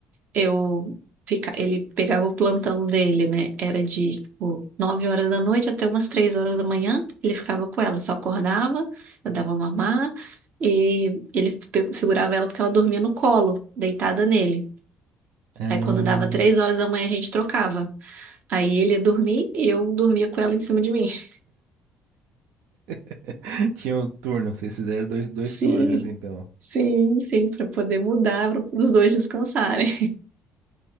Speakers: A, on the right; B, on the right.
A: Eu fica, ele pegava o plantão dele, né? Era de, tipo, 9 horas da noite até umas 3 horas da manhã, ele ficava com ela, só acordava, eu dava mamar e ele pe- segurava ela porque ela dormia no colo, deitada nele.
B: Ah.
A: Aí quando dava 3 horas da manhã a gente trocava. Aí ele ia dormir e eu dormia com ela em cima de mim. <laughs>
B: <laughs> Tinha um turno, vocês fizeram dois, dois
A: Sim,
B: turnos, então.
A: sim, sim, para poder mudar, para os dois descansarem.